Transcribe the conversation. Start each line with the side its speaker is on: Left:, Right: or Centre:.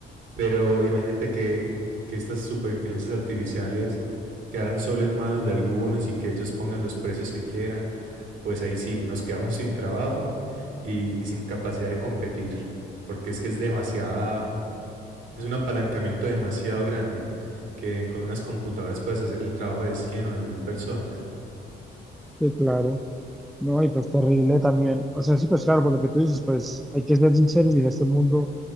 Right: Pero imagínate que, que estas superinteligencias artificiales quedaran solo en manos de algunos y que ellos pongan los precios que quieran, pues ahí sí, nos quedamos <laughs> sin trabajo y, y sin capacidad de competir, porque es que es demasiada, es un apalancamiento demasiado grande, que con unas computadoras puedes hacer el trabajo de 100 o de 1000 personas.
Centre: Sí, claro. No, y pues terrible también. O sea, sí, pues claro, por lo que tú dices, pues hay que ser sinceros y en este mundo